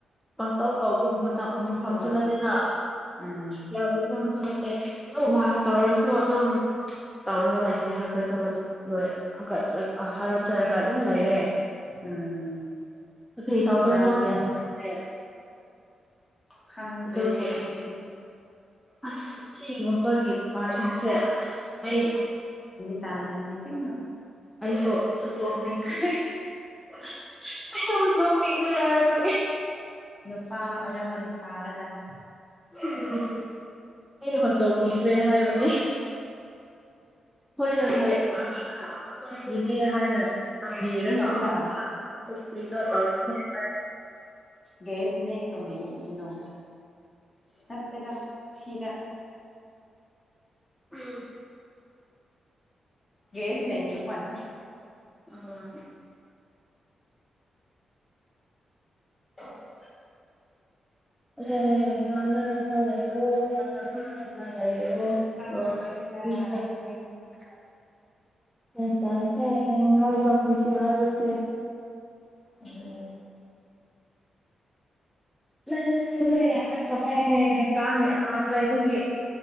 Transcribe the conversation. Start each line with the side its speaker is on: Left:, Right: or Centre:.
Centre: ꯄꯪꯇꯧ ꯇꯧꯕ ꯃ ꯃꯥꯐꯝꯁꯨ
Left: ꯍꯣꯏ
Centre: ꯅꯠꯇꯦꯅ
Left: ꯎꯝ
Centre: ꯌꯥꯕ ꯐꯝꯁꯨ ꯅꯠꯇꯦ ꯑꯦ ꯑꯗꯨꯝ ꯋꯥꯁ ꯇꯧꯔꯁꯨ ꯑꯗꯨꯝ ꯇꯧꯔꯒ ꯂꯥꯔꯦ ꯍꯥꯀꯠꯆꯕ ꯂꯣꯏ ꯍꯥꯒꯠꯆ ꯍꯥꯒꯠꯆꯔꯒ ꯑꯗꯨꯝ ꯂꯩꯔꯦ
Left: ꯎꯝ
Centre: ꯀꯔꯤ
Left: ꯑꯁ
Centre: ꯇꯧꯗꯣꯏꯅꯣ
Left: ꯅꯪꯒꯤꯁꯤꯁꯨ
Centre: ꯒ꯭ꯌꯥꯟ ꯇꯥꯗ꯭ꯔꯦ
Left: ꯈꯪꯗ꯭ꯔꯦ
Centre: ꯑꯗꯨꯒꯤ
Left: ꯑꯩꯈꯣꯏꯒꯤꯁꯦ
Centre: ꯑꯁ ꯑꯁꯤꯒꯨꯝꯕꯒꯤ ꯄꯥꯔꯁꯤꯡꯁꯦ ꯑꯁ ꯑꯩ
Left: ꯇꯜꯂꯝꯅꯦ ꯑꯁꯤꯡꯕꯥ
Centre: ꯑꯩꯁꯨ ꯍꯨꯟꯗꯣꯛꯅꯤꯡꯈ꯭ꯔꯦ ꯑꯩꯁꯨ ꯍꯨꯟꯗꯣꯛꯅꯤꯡꯈ꯭ꯔꯦ ꯍꯥꯏ ꯚꯪ ꯏ
Left: ꯅꯨꯄꯥ ꯑꯣꯏꯔꯝꯃꯗꯤ ꯐꯒꯥꯗꯝꯅꯤ
Centre: ꯎꯝ ꯑꯩꯩ ꯍꯨꯟꯗꯣꯛꯅꯤꯡꯈ꯭ꯔꯦ ꯍꯥꯏꯕꯅꯦ ꯍꯣꯢ ꯍꯥ ꯍꯣꯢ <unintelligible> ꯑꯈꯣꯢꯗꯒꯤ ꯃꯤ ꯍꯣꯢꯅ ꯇꯝꯕꯤꯔꯒ
Left: ꯁꯨꯡꯁꯤꯜꯂ
Centre: ꯑꯃꯨꯛꯀ ꯀꯔꯤꯒꯤꯅꯣ ꯇꯧꯔꯤꯁꯦ ꯍꯣꯢ
Left: ꯒꯦꯁ ꯃꯦ ꯀꯨꯝꯗꯤ ꯀꯨꯝꯒꯤꯅꯣ ꯅꯠꯇꯦꯗ ꯁꯤꯗ
Centre: ꯑꯩ
Left: ꯒꯦꯁ ꯃꯦ ꯂꯨꯄꯟ
Centre: ꯑꯥ
Left: <inaudible>
Centre: ꯑ ꯉꯥꯡꯅꯔꯒ ꯂꯩꯕ꯭ꯔꯣ <unintelligible> ꯂꯩ <unintelligible>
Left: ꯈꯪꯗ꯭ꯔꯦꯗ ꯑꯩꯈꯣꯏꯒꯤꯁꯦ
Centre: ꯒ꯭ꯌꯥꯟ ꯇꯥꯗꯦ ꯃꯤꯑꯣꯏꯕꯩ ꯄꯨꯟꯁꯤ ꯍꯥꯌꯕꯁꯦ
Left: ꯑꯗꯨꯅꯤ
Centre: <unintelligible> ꯅꯣꯢ ꯍꯥꯒꯠꯆꯕꯩ ꯍꯣꯢꯔ ꯀꯥꯃꯤ ꯑꯍꯥꯝ ꯂꯩꯕꯒꯤ